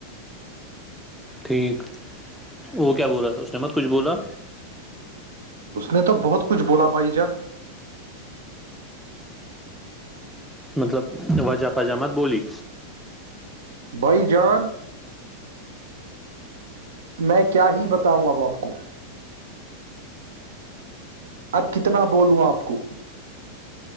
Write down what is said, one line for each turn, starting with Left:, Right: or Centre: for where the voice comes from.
Centre: ٹھیک وہ کیا بول رہا تھا اس نے مت کچھ بولا
Right: اس نے تو بہت کچھ بولا بھائی جان
Centre: مطلب وجہ پجامت بولی
Right: بائی جان میں کیا ہی بتاؤوںں اب آپ کو اب کتنا بولوں آپ کو